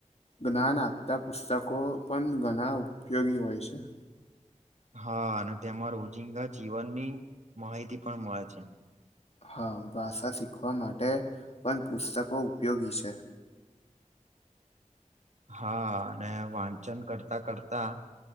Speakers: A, on the left; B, on the right.
A: જ્ઞાન આપતા પુસ્તકો પણ ઘણા ઉપયોગી હોય છે.
B: હા અને તેમાં રોજિંદા જીવનની માહિતી પણ મળે છે.
A: હા ભાષા શીખવા માટે પણ પુસ્તકો ઉપયોગી છે.
B: હા અને વાંચન કરતા કરતા